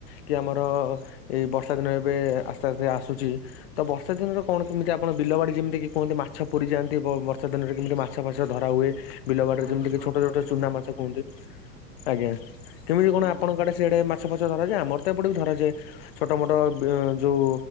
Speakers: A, on the left (about 40°); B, on the left (about 85°).
A: କି ଆମର ଏଇ ବର୍ଷା ଦିନ ଏବେ ଆସ୍ତେ ଆସ୍ତେ ଆସୁଛି ତ ବର୍ଷା ଦିନରେ କଣ କେମିତି ଆପଣ ବିଲ ବାଡି ଯେମତି କି କୁହନ୍ତି କି ମାଛ ପୁରି ଯାଆନ୍ତି ବ ବର୍ଷା ଦିନରେ କେମିତି ମା ଛ ଫାଛ ଧରା ହୁଏ ବିଲବାଡିରେ
B: ଆଉ
A: ଯେମିତିି
B: ଲୋକମାନେ
A: କି ଛୋଟ
B: ବି
A: ଛୋଟ
B: ଅଧିକ
A: ଚୁନା ମାଛ
B: ଧରନ୍ତି
A: କୁହନ୍ତୁ ଆଜ୍ଞା କେମିତି କଣ
B: ହଁ।
A: ଆପଣଙ୍କ ଆଡ଼େ ସିଆଡ଼େ ମାଛ ଫାଛ ଧରାଯାଏ ଆମର ତ ଏପଟେ ବି ଧରାଯାଏ ଛୋଟମୋଟ ବ ଯୋଉ